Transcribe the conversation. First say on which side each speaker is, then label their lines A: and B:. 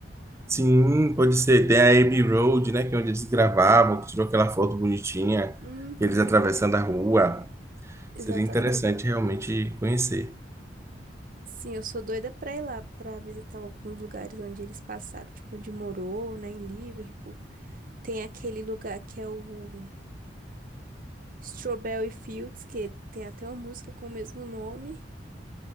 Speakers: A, on the right; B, on the right.
A: Sim, pode ser. Tem a Abbey Road, né? Que é onde eles gravavam, que tirou aquela foto bonitinha,
B: Uhum,
A: eles atravessando a rua.
B: exatamente.
A: Seria interessante realmente conhecer.
B: Sim, eu sou doida pra ir lá, pra visitar alguns lugares onde eles passaram, tipo onde morou, né, em Liverpool. Tem aquele lugar que é o Strawberry Fields, que tem até uma música com o mesmo nome.